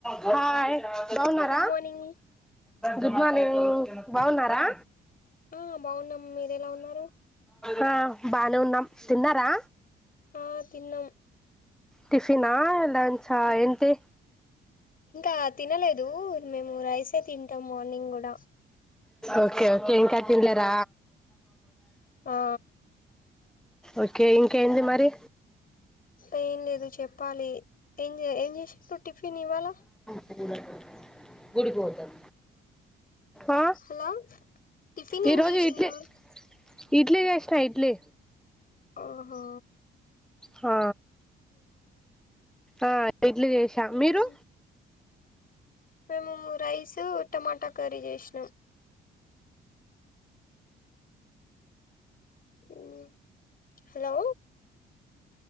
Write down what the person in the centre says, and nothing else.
Hi బావున్నార
good morning బావున్నరా
హా బానే ఉన్నాం తిన్నరా
టిఫినా లంచ్ హా ఏంటి
ఓకె ఓకె ఇంకా తిన్లేర
ఓకే ఇం ఇంకేంది మరి
<inaudible> గుడికి పోతాం ఆ
ఈ రోజు
ఇడ్లి ఇడ్లి చేసిన ఇడ్లి
హ ఆ ఇడ్లి చేసాం
మీరు